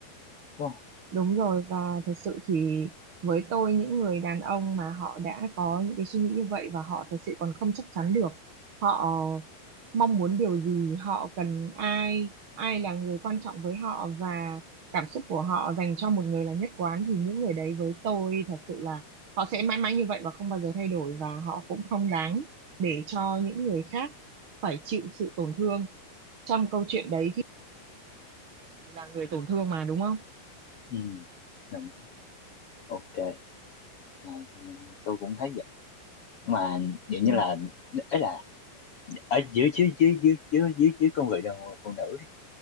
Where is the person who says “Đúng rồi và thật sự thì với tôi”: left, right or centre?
Right